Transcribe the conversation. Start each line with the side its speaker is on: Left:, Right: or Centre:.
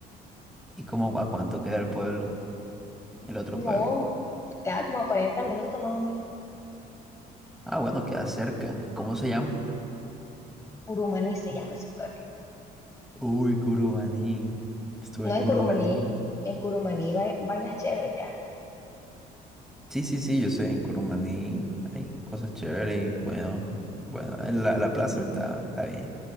Centre: ¿Y cómo a cuánto queda el pueblo, el otro
Left: No,
Centre: pueblo?
Left: queda como a 40 minutos más o menos.
Centre: Ah, bueno, queda cerca. ¿Y cómo se llama?
Left: Curumaní se llama ese pueblo.
Centre: Uy, Curumaní. Estuve
Left: No
Centre: en
Left: en
Centre: Curumaní.
Left: Curumaní, en Curumaní vai- vainas chéveres ya.
Centre: Sí, sí, sí, yo sé, en Curumaní hay cosas chéveres y bueno, bueno, en la, la plaza está, está bien,